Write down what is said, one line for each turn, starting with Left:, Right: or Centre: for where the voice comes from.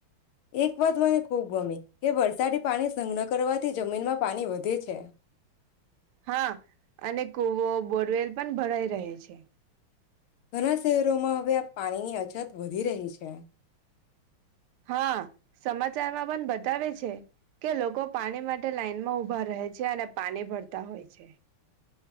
Left: એક વાત મને ખૂબ ગમે. એ વરસાદી પાણી સંઘ્ન કરવાથી જમીનમાં પાણી વધે છે.
Right: હા અને કુવો બોરવેલ. પણ ભરાઈ રહે છે.
Left: ઘણા શહેરોમાં હવે આ પાણીની અજત વધી રહી છે.
Right: હા, સમાચારમાં પણ બતાવે છે. કે લોકો પાણી માટે લાઈનમાં ઉભા રહે છે અને પાની ભરતા હોય છે.